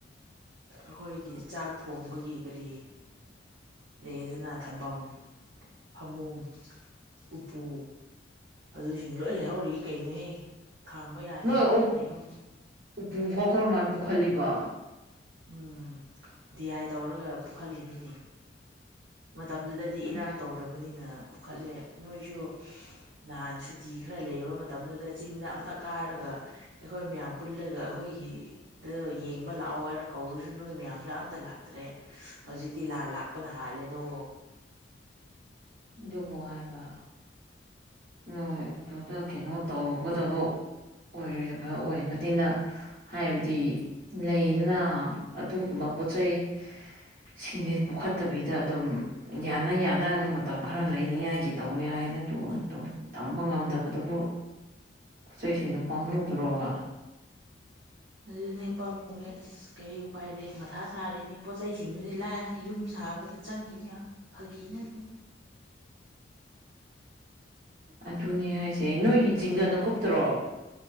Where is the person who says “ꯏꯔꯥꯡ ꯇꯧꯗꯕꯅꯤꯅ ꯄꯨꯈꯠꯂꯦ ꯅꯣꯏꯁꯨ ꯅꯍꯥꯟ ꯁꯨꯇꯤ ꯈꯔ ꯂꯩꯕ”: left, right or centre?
Right